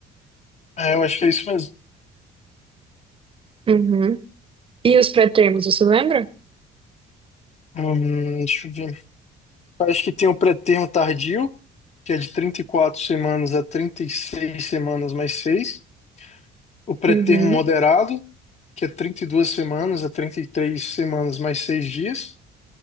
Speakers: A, on the left; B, on the right.
A: É, eu acho que é isso mesmo.
B: Uhum. E os pré-termos, você lembra?
A: Hum, deixa eu ver. Eu acho que tem o pré-termo tardio, que é de 34 semanas a 36 semanas mais seis O pré-termo
B: Uhum.
A: moderado, que é 32 semanas a 33 semanas mais seis dias.